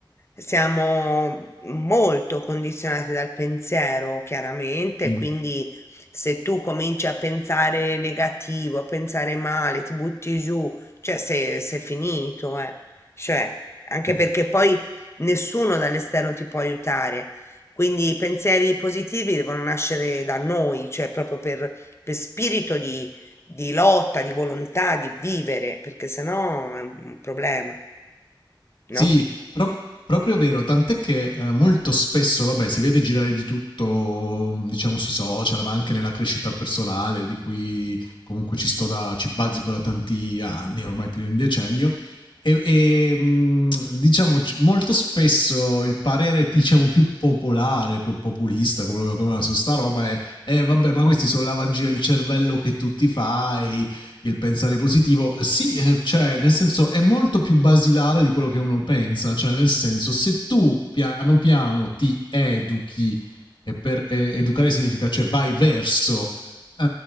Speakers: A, on the left; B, on the left.
A: siamo molto condizionati dal pensiero, chiaramente,
B: sì,
A: quindi se tu cominci a pensare negativo, a pensare male, ti butti giù, cioè sei, sei finito, eh. Cioè, anche
B: sì.
A: perché poi nessuno dall'esterno ti può aiutare. Quindi i pensieri positivi devono nascere da noi, cioè proprio per, per spirito di, di lotta, di volontà, di vivere, perché sennò è un un problema, no?
B: Sì, pro- proprio vero, tant'è che eh, molto spesso, vabbè, si vede girare di tutto, diciamo, sui social, ma anche nella crescita personale, di cui comunque ci sto da, ci bazzico da tanti anni, ormai più di un decennio. E, e, mh, diciamo c- molto spesso il parere diciamo più popolare, più populista, come, come su sta roba è eh, vabbè, ma questi sono lavaggi del cervello che tu ti fai, il pensare positivo, sì, eh, cioè, nel senso è molto più basilare di quello che uno pensa, cioè, nel senso, se tu piano piano ti educhi, e per eh, educare significa, cioè, vai verso eh,